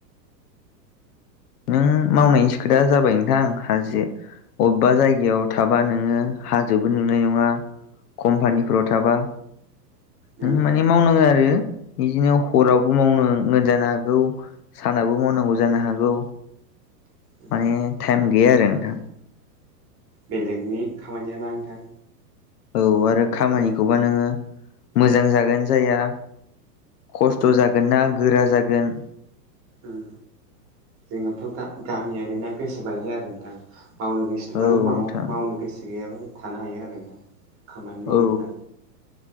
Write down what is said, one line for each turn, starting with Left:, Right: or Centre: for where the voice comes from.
Left: नों मावनायनिसो खोथा जाबाय नोंथां हाजे अबेबा जायगायाव थाबा नोङो हाजोबो नुनाय नङा कम्पानिफोराव थाबा नों
Right: उम
Left: माने मावनांगौ आरो बिदिनो हरावबो मावनांगोन जानो हागौ। सानाबो मावनांगौ जानो हागौ।
Right: उम
Left: माने टाइम गैया आरो नोंथां।
Right: बेलेगनि खामानियाना नोंथां
Left: औ आरो खामानिखौबा
Right: जोंनि
Left: नोङो मोजां जागोन जाया। खस्थ'
Right: उम
Left: जागोन ना गोरा जागोन
Right: उम जोंनाथ' दा गामियारि ना गोसो बायदि आरो नोंथां मावनो गोसो
Left: औ
Right: बानो
Left: नोंथां
Right: माव मावनो गोसो गैयाबानो थानो हायो आरो नोंथां खामानि मावनायफ्रा
Left: औ